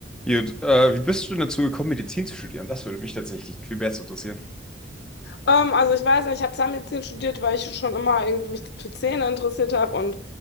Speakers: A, in the centre; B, on the left.
A: Gut, äh, wie bist du denn dazu gekommen, Medizin zu studieren? Das würde mich tatsächlich viel besser interessieren.
B: Ähm, also ich weiß nicht, ich habe Zahnmedizin studiert, weil ich schon immer irgendwie mich für Zähne interessiert habe und